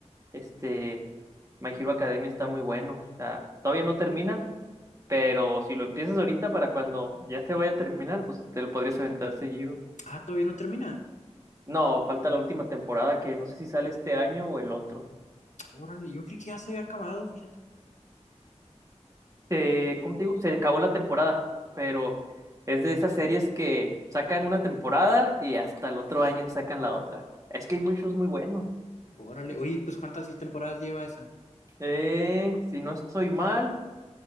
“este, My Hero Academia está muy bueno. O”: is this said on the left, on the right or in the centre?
Right